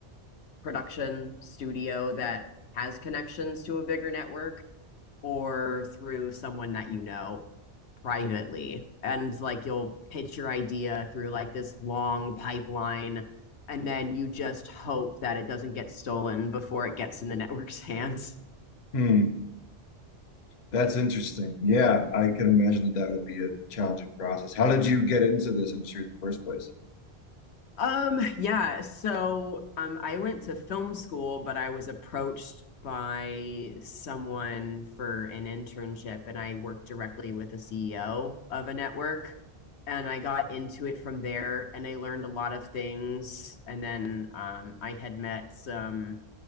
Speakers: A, on the left; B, on the left.
A: production studio that has connections to a bigger network or through someone that you know privately and like you'll pitch your idea through like this long pipeline and then you just hope that it doesn't get stolen before it gets in the network's <laughs> hands.
B: Mm. That's interesting. Yeah, I can imagine that that would be a challenging process. How did you get into this industry in the first place?
A: Um yeah, so um I went to film school but I was approached by someone for an internship and I worked directly with a CEO of a network and I got into it from there and I learned a lot of things and then um I had met some